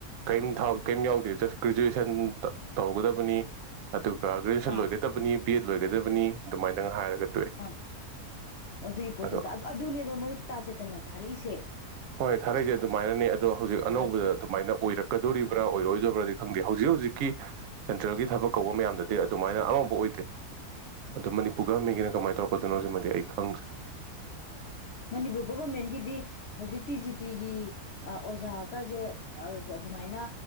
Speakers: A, on the right (about 70°); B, on the left (about 70°).
A: ꯀꯩꯝ ꯀꯩꯝ ꯌꯥꯎꯗꯦ ꯖ꯭ꯁ ꯒ꯭ꯔꯦꯖꯨꯑꯦ ꯁꯟ ꯇꯧꯒꯗꯕꯅꯤ ꯑꯗꯨꯒ ꯒ꯭ꯔꯦꯖꯨꯋꯦꯁꯟ
B: ꯑꯥ
A: ꯂꯣꯏꯒꯗꯕꯅꯤ ꯄꯦꯠ ꯂꯣꯏꯒꯗꯕꯅꯤ ꯑꯗꯨꯃꯥꯏꯅꯗꯪ ꯍꯥꯏꯔꯒ ꯇꯣꯛꯑꯦ
B: ꯑꯥ ꯑꯗꯨꯒꯤ ꯄꯣꯠꯇꯨꯗ
A: ꯑꯗꯣ
B: ꯑꯗꯨꯅꯦꯕ ꯃꯣꯏ ꯇꯥꯥꯆꯦꯇꯟ ꯅ ꯊꯥꯔꯛꯏꯁꯦ
A: ꯊꯔꯛꯢꯁꯦ ꯑꯗꯨꯃꯥꯏꯅꯅꯤ ꯑꯗꯣ ꯍꯧꯖꯤꯛ ꯑꯅꯧꯕꯗ
B: ꯑ
A: ꯑꯗꯨꯃꯥꯏꯅ ꯑꯣꯏꯔꯛꯀꯗꯣꯔꯤꯕ꯭ꯔꯥ ꯑꯣꯏꯔꯛꯑꯣꯏꯗꯣꯔꯤꯕ꯭ꯔꯗꯤ ꯈꯪꯗꯦ ꯍꯧꯖꯤꯛ ꯍꯧꯖꯤꯛꯀꯤ ꯁꯦꯟꯇ꯭ꯔꯦꯜꯒꯤ ꯊꯕꯛ ꯀꯧꯕ ꯃꯌꯥꯝꯗꯗꯤ ꯑꯗꯨꯃꯥꯏꯅ ꯑꯃꯕꯧ ꯑꯣꯏꯗꯦ ꯑꯗꯣ ꯃꯅꯤꯄꯨꯔ ꯒꯃꯦꯟꯒꯤꯅ ꯀꯃꯥꯏꯅ ꯇꯧꯔꯛꯀꯗꯣꯏꯅꯣ ꯍꯧꯖꯤꯛꯃꯒꯤꯗꯤ ꯑꯩ ꯈꯪꯗ꯭ꯔꯦ
B: ꯃꯅꯤꯄꯨꯔ ꯒꯣꯚꯔꯃꯦꯟꯒꯤꯗꯤ ꯍꯧꯖꯤꯛ ꯇꯤꯖꯤ ꯖꯤꯇꯤꯒꯤ ꯑꯥ ꯑꯣꯖꯥꯒꯁꯦ ꯑꯥ ꯑꯗꯨꯃꯥꯏꯅ